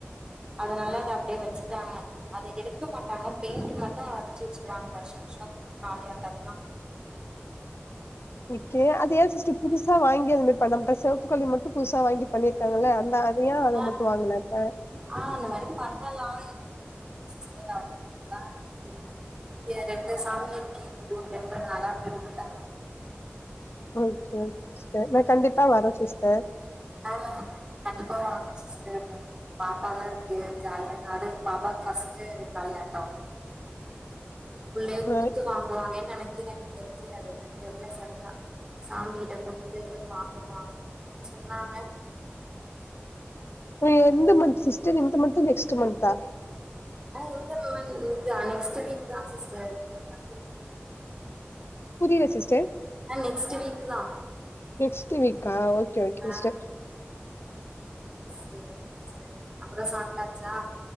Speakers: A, on the right; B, on the left.
A: அதனால அதை அப்டியே வச்சுட்டாங்க அதை எடுக்க மாட்டாங்க பெயிண்ட் மட்டு அடிச்சு வச்சிருவாங்க வருஷா வருஷம் அந்த மாரி காளியாட்டம்னா
B: ஓகே அது ஏ சிஸ்டர் புதுசா வாங்கி அது மாரி பண்ண மாட்டாங்க செவப்புக் காளி மட்டு புதுசா வாங்கி பண்ணிரு க்காங்கள அந்த அது ஏ அத
A: ஆ
B: மட்டு வாங்கல அப்ப
A: ஆ அந்த மாரி பண்ணலா என்னனு தெரில சிஸ்டர் அவ்ளோலா எனக்கு ஏ ரெண்டு சாமி இருக்கிங்க ஊருலன்றனால அப்டி வுட்டுட்டாங்க
B: ஓகே ஓகே சிஸ்டர் நா கண்டிப்பா வரேன் சிஸ்டர்
A: ஆ கண்டிப்பா வாங்க சிஸ்டர் பாப்பாங்க இருக்கு ஜாலியா நானு பாப்பா க்கு ஃபஸ்ட்டு காளியாட்டோ புள்ளைய
B: அ
A: குடுத்து வாங்குவாங்கன்னு நெனைக்கிற எனக்கு தெரிஞ்சு அது என்னனு தெரில சரியா சாமி கிட்ட குடுத்து வாங்குவாங்கன்ற மாரி சொன்னாங்க
B: ம், எந்த மந்த் சிஸ்டர் இந்த மந்த்தா நெக்ஸ்ட் மந்த்தா
A: அ இந்த மந்த் இந்த நெக்ஸ்ட் வீக்தா சிஸ்டர் நீங்க வந்துடு
B: புரில சிஸ்டர்
A: ஆ நெக்ஸ்ட் வீக் தா
B: நெக்ஸ்ட் வீக்கா ஓகே கே
A: ஆ
B: சிஸ்டர்
A: சேரி சிஸ்டர் அப்ற சாப்ட்டாச்சா